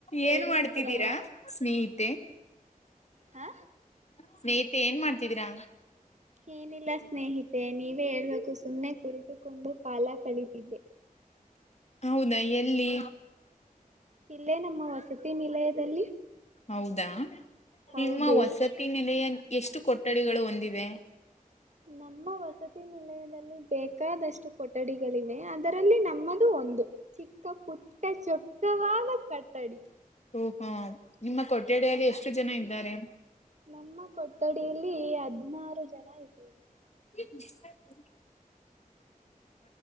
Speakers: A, on the right; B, on the left.
A: ಹೇಗಿದ್ದೀರಾ
B: ಏನ್ ಮಾಡ್ತಿದ್ದೀರಾ ಸ್ನೇಹಿತೆ
A: ಹಾ
B: ಸ್ನೇಹಿತೆ ಏನ್ ಮಾಡ್ತಿದೀರಾ
A: ಏನಿಲ್ಲ ಸ್ನೇಹಿತೆ ನೀವೇ ಹೇಳ್ಬೇಕು ಸುಮ್ಮನೆ ಕುಡಿತುಕೊಂಡು ಪಾಲ ಕಳಿತಿದ್ದೆ
B: ಹೌದಾ ಎಲ್ಲಿ
A: ಇಲ್ಲೇ ನಮ್ಮ ವಸತಿ ನಿಲಯದಲ್ಲಿ
B: ಹೌದಾ
A: ಹೌದು
B: ನಿಮ್ಮ ವಸತಿ ನೆಲೆಯ ಎಷ್ಟು ಕೊಠಡಿಗಳು ಹೊಂದಿದೆ
A: ನಮ್ಮ ವಸತಿ ನಿಲಯದಲ್ಲಿ ಬ ಚಕ್ಕಾದಷ್ಟು ಕೊಠಡಿಗಳಿವೆ ಅದರಲ್ಲಿ ನಮ್ಮದು ಒಂದು ಚಿಕ್ಕ ಪುಟ್ಟ ಚೊಕ್ಕವಾದ ಕಠಡಿ
B: ಓಹೋ ನಿಮ್ಮ ಕೊಠಡಿಯಲ್ಲಿ ಎಷ್ಟು ಜನ ಇದ್ದಾರೆ
A: ನಮ್ಮ ಕೊಠಡಿಯಲ್ಲಿ ಹದ್ಿನಾರು ಜನ ಇದ್ದೀವಿ
B: ಹ್ಮ